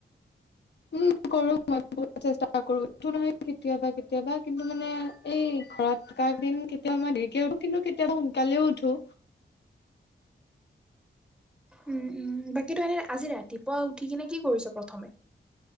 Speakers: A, on the left (about 65°); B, in the centre.
A: উম কৰো মই। বহুত চেষ্টা কৰো উঠো নহয় কেতিয়াবা কেতিয়াবা কিন্তু মানে এই ঘৰত থকা কেইদিন কেত তিয়া মই দেৰিকে উঠো কিন্তু কেতিয়াবা সোনকালেও উঠো।
B: উম উম বাকী তই এনে আজি ৰাতিপুৱা উঠি কিনে কি কৰিছ প্ৰথমে?